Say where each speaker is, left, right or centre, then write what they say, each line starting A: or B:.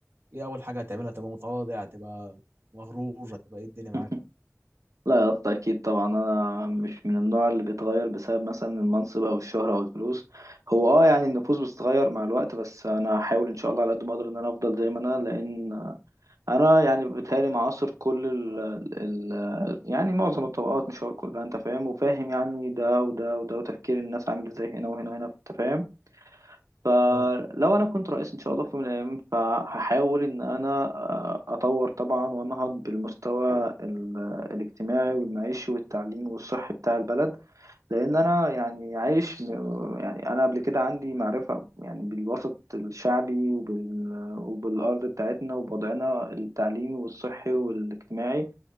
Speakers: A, on the right; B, on the right.
A: إيه أول حاجة هتعملها هتبقى متواضع هتبقى مغرور هتبقى إيه الدنيا معاك
B: <laughs> لا يا اسطى اكيد طبعا انا مش من النوع اللي بيتغير بسبب مثلا المنصب او الشهره او الفلوس هو اه يعني النفوس بتتغير مع الوقت بس انا هحاول ان شاء الله على قد ما اقدر ان انا افضل زي ما انا لان انا يعني بيتهيألي معاصر كل ال ال يعني معظم الطبقات مش هقول كلها انت فاهم وفاهم يعني ده وده وده وتفكير الناس عامل ازاي هنا وهنا وهنا انت فاهم فلو
A: أه
B: انا كنت رئيس ان شاء الله في يوم من الايام فهحاول ان انا آه، اطور طبعا وانهض بالمستوى ال- الاجتماعي والمعيشي والتعليمي والصحي بتاع البلد لان انا يعني عايش م- يعني انا قبل كده عندي معرفة يعني بالوسط الشعبي وبال وبالارض بتاعتنا وبوضعنا التعليمي والصحي والاجتماعي